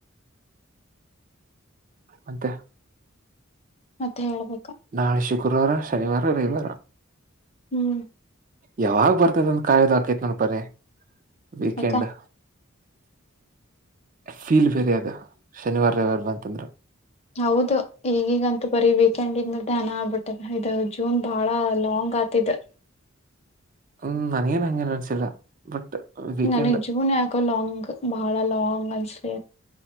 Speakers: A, on the right; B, on the left.
A: ಮಂತೆ
B: ಮತ್ತೆ ಹೇಳ್ಬೇಕ
A: ನಾಳೆ ಶುಕ್ರವಾರ ಶನಿವಾರ ರವಿವಾರ
B: ಹ್ಮ್
A: ಯಾವಾಗ ಬರ್ತದಂತ ಕಾಯೋದು ಹಾಕೇತ್ ನೋಡ್ಪರಿ ವೀಕೆಂಡ್
B: ಯಾಕ
A: ಫೀಲ್ ವೆರಿ ಅದ ಶನಿವಾರ ರವಾರ ಬಂತಂದ್ರ
B: ಹೌದು ಈಗೀಗಂತೂ ಬರಿಬೇಕೇಕಂಡಂದು ನ ಆಗ್ಬಿಟ್ಟು ಇ ಜೂನ್ ಬಾಳ ಲಾಂಗ್ ಆತಿದ
A: ಹ್ಮ್ ನನಗೇನ್ ಹಂಗೇನ್ ಅನಸಿಲ್ಲ ಬಟ್ ವೀಕೆಂಡ್
B: ನಾನ ಜೀವನ ಯಕ ಲಂಗ್ ಭಾಳಾ ಲಂಗ್ ಆಸಲಿ